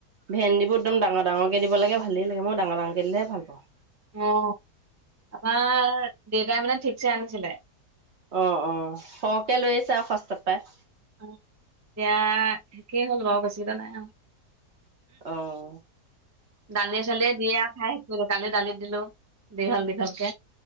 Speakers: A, on the right (about 50°); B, on the right (about 15°).
A: ভেন্দিবোৰ একদম ডাঙৰ - ডাঙৰকে দিব লাগে ভালেই লাগে মই ডাঙৰ ডাঙৰকে দিলেহে ভাল পাওঁ।
B: অ আমাৰ দেউতাই মানে ঠিকছে আনিছিলে।
A: অ' অ', সৰহকে লৈ আহিছে আৰু সস্তাত পাই।
B: অ, এতিয়া শেষেই হ'ল বাৰু বেছি নাই
A: অ
B: দালি - চলিয়ে দিয়ে আৰু খাই শেষ কৰিলো, কালি দালিত দিলো। দেখাল- দেখালক।